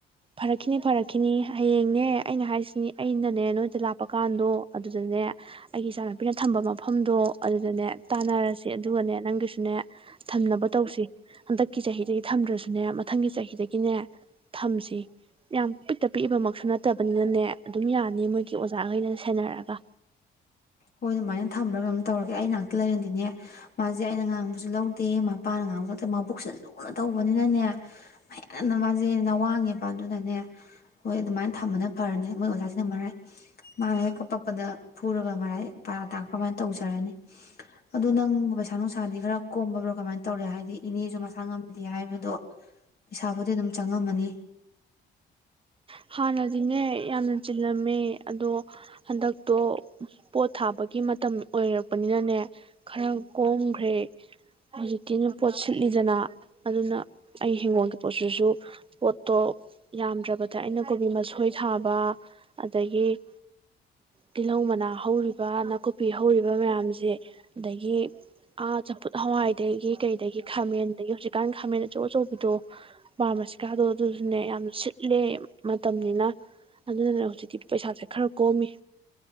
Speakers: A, on the right; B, on the left.
A: ꯐꯔꯛꯈꯤꯅꯤ- ꯐꯔꯛꯈꯤꯅꯤ ꯍꯌꯦꯡꯅꯦ ꯑꯩꯅ ꯍꯥꯏꯁꯤꯅꯤ ꯑꯩꯅꯅꯦ ꯅꯣꯏꯗ ꯂꯥꯛꯄ ꯀꯥꯟꯗꯣ ꯑꯗꯨꯗꯅꯦ ꯑꯩꯒꯤ ꯏꯆꯥꯅꯨꯄꯤꯅ ꯊꯝꯕ ꯃꯐꯝꯗꯣ ꯑꯗꯨꯗꯅꯦ ꯇꯥꯟꯅꯔꯁꯤꯦ ꯑꯗꯨꯒꯅꯦ ꯅꯪꯒꯤꯁꯨ <unintelligible> ꯊꯝꯅꯕ ꯇꯧꯁꯤ ꯍꯟꯗꯛꯀꯤ ꯆꯍꯤꯗꯒꯤ ꯊꯝꯗ꯭ꯔꯁꯨ ꯑꯗꯨꯅꯦ ꯃꯊꯪꯒꯤ ꯆꯍꯤꯗꯒꯤꯅꯦ ꯊꯝꯁꯤ ꯌꯥꯝ ꯄꯤꯛꯇ ꯄꯤꯛꯏꯕꯃꯛꯁꯨ ꯅꯠꯇꯕꯅꯤꯅꯅꯦ ꯑꯗꯨꯝ ꯌꯥꯅꯤ ꯃꯣꯏꯒꯤ ꯑꯣꯖꯥꯒꯩꯅ ꯁꯦꯟꯅꯔꯛꯒ꯫
B: ꯍꯣꯏ ꯑꯗꯨꯃꯥꯏꯅ ꯊꯝꯃꯒ ꯇꯧꯔꯒꯦ ꯑꯩ ꯉꯥꯛꯇ ꯂꯩꯔꯗꯤꯅꯦ ꯃꯥꯁꯦ ꯑꯩꯅ ꯉꯥꯡꯕꯁꯨ ꯂꯧꯗꯦ ꯃꯄꯥꯅ ꯉꯥꯡꯕꯁꯨ ꯂꯧꯗꯦ ꯃꯥꯕꯨꯛꯁꯦ ꯂꯨꯅ ꯇꯧꯕꯅꯤꯅꯅꯦ ꯃꯅ ꯃꯥꯁꯦꯅ ꯋꯥꯡꯉꯦꯕ ꯑꯗꯨꯅꯅꯦ ꯍꯣꯏ ꯑꯗꯨꯃꯥꯏꯅ ꯊꯝꯕꯅ ꯐꯔꯅꯦ ꯃꯣꯏ ꯑꯣꯖꯥꯁꯤꯅ ꯃꯔꯥꯏ ꯃꯥꯅ ꯍꯦꯛ ꯀꯄꯛꯄꯗ ꯐꯨꯔꯒ ꯃꯔꯥꯏ ꯄ ꯗꯝ ꯑꯃꯥꯏꯅ ꯇꯧꯖꯔꯅꯤ ꯑꯗꯨ ꯅꯪ ꯄꯩꯁꯥ ꯅꯨꯡꯁꯥꯗꯤ ꯈꯔ ꯀꯣꯝꯕꯕ꯭ꯔꯣ ꯀꯃꯥꯏꯅ ꯇꯧꯔꯦ ꯍꯥꯏꯗꯤ ꯏꯅꯦꯁꯨ ꯃꯁꯥ ꯉꯝꯗꯦ ꯍꯥꯏꯕꯗꯣ ꯄꯩꯁꯥꯕꯨꯗꯤ ꯑꯗꯨꯝ ꯆꯪꯉꯝꯃꯅꯤ
A: ꯍꯥꯟꯅꯗꯤꯅꯦ ꯌꯥꯝꯅ ꯆꯤꯜꯂꯝꯃꯦ ꯑꯗꯣ ꯍꯟꯗꯛꯇꯣ ꯄꯣꯠ ꯊꯥꯕꯒꯤ ꯃꯇꯝ ꯑꯣꯏꯔꯛꯄꯅꯤꯅꯅꯦ ꯈꯔ ꯀꯣꯝꯈ꯭ꯔꯦ ꯍꯧꯖꯤꯛꯇꯀꯤꯅ ꯄꯣꯠ ꯁꯤꯠꯂꯤꯗꯅ ꯑꯗꯨꯅ ꯑꯩ ꯍꯤꯡꯒꯣꯜꯒꯤ ꯄꯣꯠꯁꯤꯁꯨ ꯄꯣꯠꯇꯣ ꯌꯥꯝꯗ꯭ꯔꯕ ꯑꯗ ꯑꯩꯅ ꯀꯣꯕꯤ ꯃꯁꯣꯏ ꯊꯥꯕ ꯑꯗꯒꯤ ꯇꯤꯜꯍꯧ ꯃꯅꯥ ꯍꯧꯔꯤꯕ ꯅꯥꯀꯨꯞꯄꯤ ꯍꯧꯔꯤꯕ ꯃꯌꯥꯝꯁꯦ ꯑꯗꯒꯤ ꯑꯥ ꯆꯝꯐꯨꯠ ꯍꯋꯥꯏꯗꯒꯤ ꯀꯩꯗꯒꯤ ꯈꯥꯃꯦꯟꯗꯒꯤ ꯍꯧꯖꯤꯛꯀꯥꯟ ꯈꯥꯃꯦꯟ ꯑꯆꯧ ꯑꯆꯧꯕꯤꯗꯣ ꯃꯥ ꯃꯁꯤꯀꯥꯗꯣ ꯑꯗꯨꯗꯨꯅꯦ ꯌꯥꯝ ꯁꯤꯠꯂꯦ ꯃꯇꯝꯅꯤꯅ ꯑꯗꯨꯅꯅ ꯍꯧꯖꯤꯛꯇꯤ ꯄꯩꯁꯥꯁꯦ ꯈꯔ ꯀꯣꯝꯃꯤ